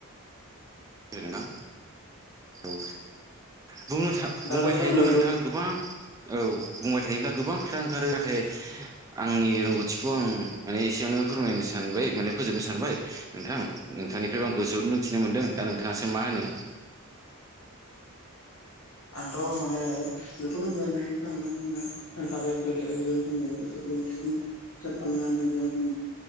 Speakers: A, on the right (about 15°); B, on the left (about 75°).
A: रोना। औ ओ बुंनो था
B: दाथ'
A: बुंबाय
B: जोङो
A: थायोब्ला नोंथाङा गोबां औ बुंबाय थायोब्ला गोबां खोथा ओंखारो नाथाय आंनि रोंगौथिखौ आं माने एसेयावनो फोरमायनो सानबाय माने फोजोबनो सानबाय नोंथां। नोंथांनिफ्राय आं गोजोबोद मोनथिनो मोनदों दा नोंथाङासो मा होनो
B: आंथ' माने बेखौ नोंथ नङो थांखाबाय जोङो बेफोरखौ सेभ खालामनानै बा जों